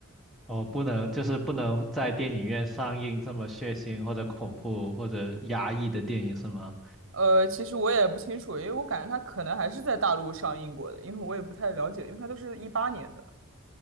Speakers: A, in the centre; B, on the right.
A: 哦，不能，就是不能在电影院上映这么血腥或者恐怖或者压抑的电影是吗？
B: 呃，其实我也不清楚，因为我感觉它可能还是在大陆上映过的，因为我也不太了解，因为它都是一八年的。